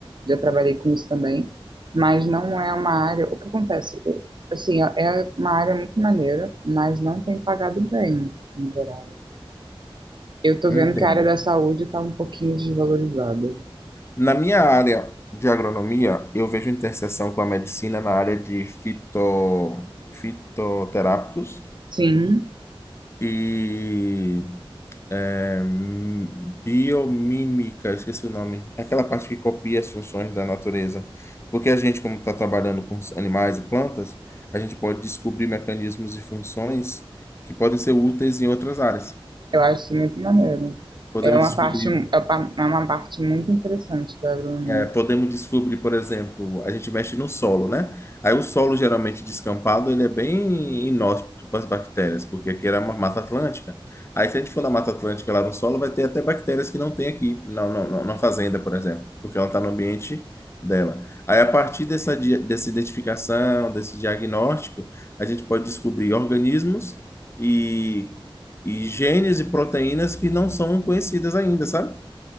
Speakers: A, on the right; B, on the left.
A: já trabalhei com isso também, mas não é uma área. O que acontece? Eu- Assim, é é uma área muito maneira, mas não tem pagado bem, em geral. Eu tô
B: Entendo.
A: vendo que a área da saúde tá um pouquinho desvalorizada.
B: Na minha área de agronomia, eu vejo interseção com a medicina na área de fito, fitoterápicos
A: Sim,
B: e É, hum, biomímica, esqueci o nome. É Aquela parte que copia as funções da natureza. Porque a gente, como está trabalhando com os animais e plantas, a gente pode descobrir mecanismos e funções que podem ser úteis em outras áreas.
A: eu acho isso muito maneiro.
B: Podemos
A: É uma
B: descobrir
A: parte, é pa- é uma parte muito interessante da agronomia.
B: É, podemos descobrir, por exemplo, a gente mexe no solo, né? Aí o solo geralmente descampado, ele é bem inóspito para as bactérias, porque aqui era uma Mata Atlântica. Aí se a gente for na Mata Atlântica lá no solo, vai ter até bactérias que não tem aqui, na, na, na- na fazenda, por exemplo, porque ela está no ambiente dela. Aí a partir dessa, dia- dessa identificação, desse diagnóstico, a gente pode descobrir organismos e, e genes e proteínas que não são conhecidas ainda, sabe?